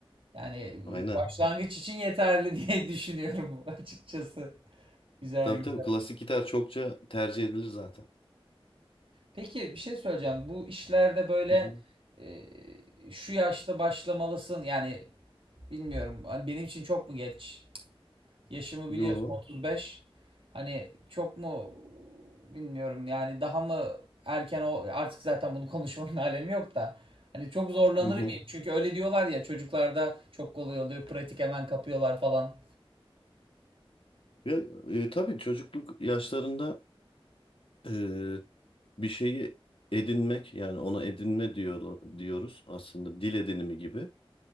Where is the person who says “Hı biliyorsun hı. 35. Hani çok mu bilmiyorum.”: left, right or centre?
Right